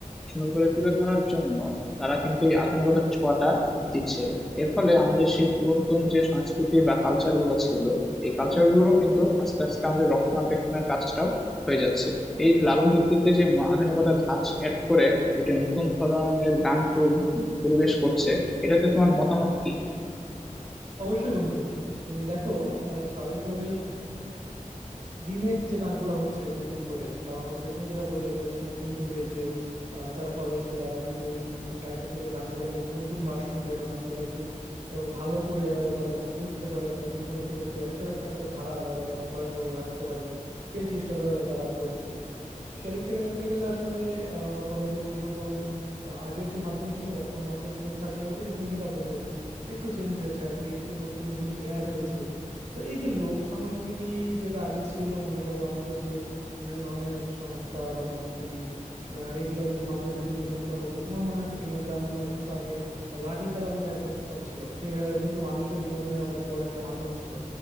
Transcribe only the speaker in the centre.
সুন্দর করে তুলে ধরার জন্য তারা কিন্তু এই আধুনিকতার ছোঁয়াটা দিচ্ছে এর ফলে আমাদের সেই পুরাতন যে সংস্কৃতি বা কালচার গুলো ছিল এই কালচার গুলো কিন্তু আস্তে আস্তে আমাদের রক্ষণাবেক্ষণের কাজটাও হয়ে যাচ্ছে এই লালন গীতিতে যে আধুনিকতার ধাঁচ অ্যাড করে একটি নতুন ধরনের গান প্র- পরিবেশ করছে এটাতে তোমার মতামত কি